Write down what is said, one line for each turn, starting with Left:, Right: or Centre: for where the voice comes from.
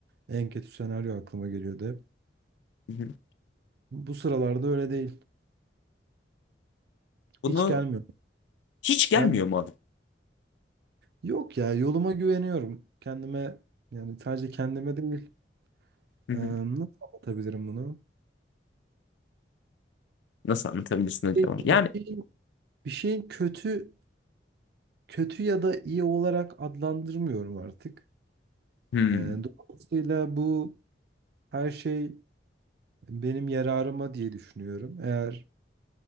Right: En kötü senaryo aklıma geliyordu hep.
Left: Hı hı.
Right: Bu sıralarda öyle değil.
Left: Bunu
Right: Hiç gelmiyor.
Left: Hiç gelmiyor
Right: Yani
Left: mu adam?
Right: yok ya yoluma güveniyorum. Kendime yani sadece kendime değil.
Left: Hı hı.
Right: Ee, nasıl anlatabilirim bunu?
Left: Nasıl anlatabilirsin acaba?
Right: Bir şey-
Left: Yani
Right: şeyin, bir şeyin kötü kötü ya da iyi olarak adlandırmıyorum artık.
Left: hmm,
Right: Ee, dolayısıyla bu her şey benim yararıma diye düşünüyorum. Eğer